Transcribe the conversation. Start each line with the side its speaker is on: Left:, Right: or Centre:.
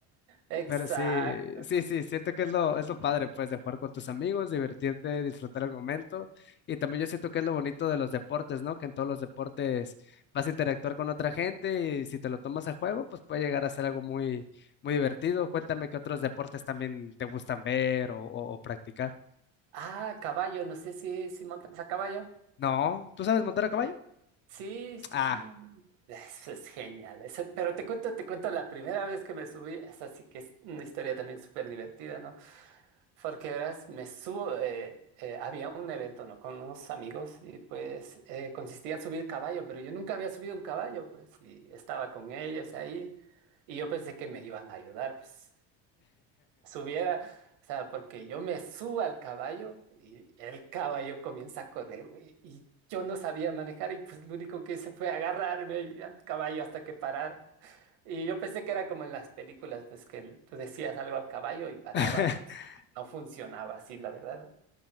Right: exacto.
Left: Pero sí, sí, sí, siento que es lo, es lo padre, pues, de jugar con tus amigos, divertirte, disfrutar el momento. Y también yo siento que es lo bonito de los deportes, ¿no? Que en todos los deportes vas a interactuar con otra gente y si te lo tomas a juego, pues puede llegar a ser algo muy, muy divertido. Cuéntame qué otros deportes también te gustan ver o, o- o practicar.
Right: Ah, caballo, no sé si, si montas a caballo.
Left: No, ¿tú sabes montar a caballo?
Right: Sí, sí,
Left: Ah.
Right: sí. Eso es genial. Eso, pero te cuento, te cuento la primera vez que me subí. Esa sí que es una historia también súper divertida, ¿no? Porque verás, me subo. eh, eh, había un evento, ¿no? Con unos amigos y pues eh, consistía en subir caballo, pero yo nunca había subido un caballo, pues, y estaba con ellos ahí. Y yo pensé que me iban a ayudar, pues subiera, o sea, porque yo me subo al caballo y el caballo comienza a correr, güey, y yo no sabía manejar y pues lo único que hice fue agarrarme ahí al caballo hasta que parara. Y yo pensé que era como en las películas, pues que el- tú decías algo al caballo y paraba
Left: <laughs>
Right: y pues no funcionaba así, la verdad.